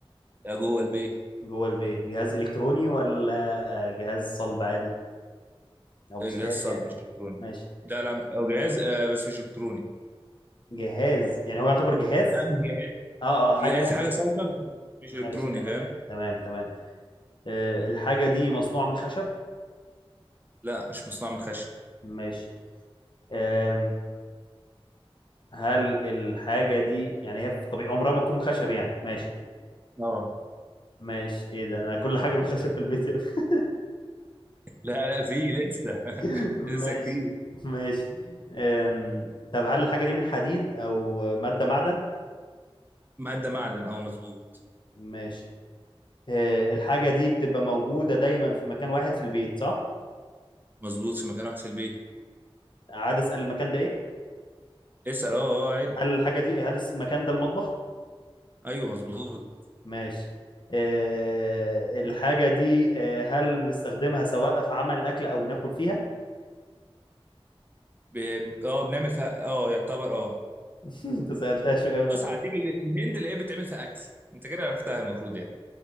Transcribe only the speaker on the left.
جوه البيت جهاز الكتروني ولا آه جهاز صلب عادي او مش
جهاز
يعني
ماشي
جهاز يعني هو يعتبر جهاز
اه اه حاجة
يعني
مش-
ماشي
تمام
تمام تمام آه الحاجة دي مصنوعة من خشب
ماشي آه، هل الحاجة دي يعني هي في طبيعي عمرها ما تكون خشب يعني ماشي
ماشي ايه ده انا كل حاجة من خشب في البيت يا ابني.
<laughs> ماشي
ماشي أم... طب هل الحاجة دي من حديد او مادة معدن
ماشي أه الحاجة دي بتبقى موجودة دايما في مكان واحد في البيت صح
عاد اسأل المكان ده ايه
هل الحاجة دي هل المكان ده المطبخ
ماشي أه الحاجة دي أه هل بنستخدمها سواء في عمل أكل أو بناكل فيها؟
<laughs> أنت سألتها شوية